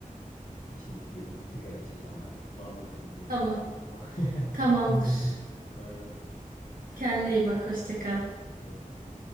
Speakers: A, on the left (about 45°); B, on the right (about 75°).
A: İçimi kıydım. Bir sigara içeceğim ben. Vallahi billahi.
B: Tamam.
A: <laughs>
B: Tamamdır.
A: Görüşürüz. Bay bay.
B: Kendine iyi bak. Hoşça kal.
A: Hoşça kal.